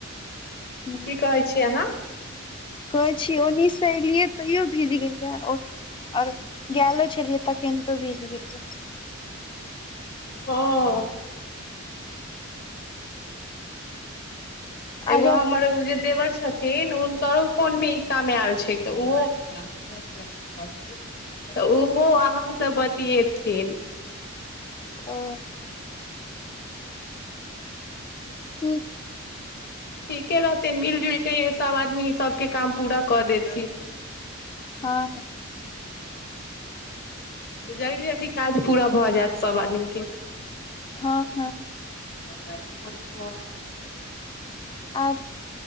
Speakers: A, on the left; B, on the left.
A: हुँ
B: की कहै छी अहाँ
A: कहै छीय ओनी सँ एलियए तैयो भीज गेलिय और गो छलियै तखेन तो भीज गेलियै
B: हँ एगो
A: आरो
B: हमर जे देवर छथिन हुनकरो फोन मे ई काम आयल छै तऽ ओहो तऽ ओहो अहाँ सब बतिेयेथिन
A: ओ की
B: ठीके रहते मिल जुलके सब आदमी सबके काम पूरा कऽ देथिन
A: हँ
B: जल्दी जल्दी काज पूरा भऽ जायत सभ आदमीके
A: हँ हँ
B: हँ ह
A: आओर